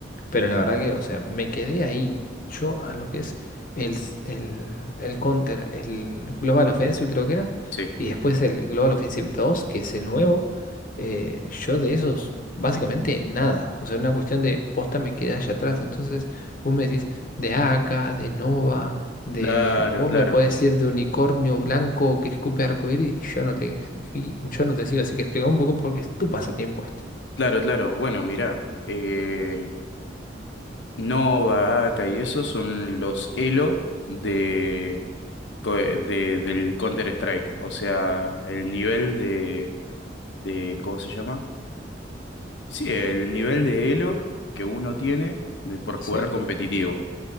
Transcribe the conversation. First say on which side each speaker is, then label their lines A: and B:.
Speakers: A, on the left; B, on the left.
A: pero la verdad que, o sea, me quedé ahí. Yo a lo que es el, s- el, el Counter, el Global Offensive creo que era,
B: sí.
A: y después el Global Offensive 2 que es el nuevo, eh, yo de esos, básicamente nada. O sea, una cuestión de posta me quedé allá atrás. Entonces, vos me decís de AK, de Nova, de...
B: Claro,
A: Vos
B: claro.
A: me podés decir de unicornio blanco que escupe arcoíris y yo no te, y yo no te sigo. Así que explica un poco porque es tu pasatiempo este.
B: Claro, claro. Bueno, mirá, eh, Nova, AK y eso son los Elo de, co- de- del Counter-Strike. O sea, el nivel de, de, ¿cómo se llama? Sí, el nivel de elo que uno tiene por jugar
A: Sí,
B: competitivo.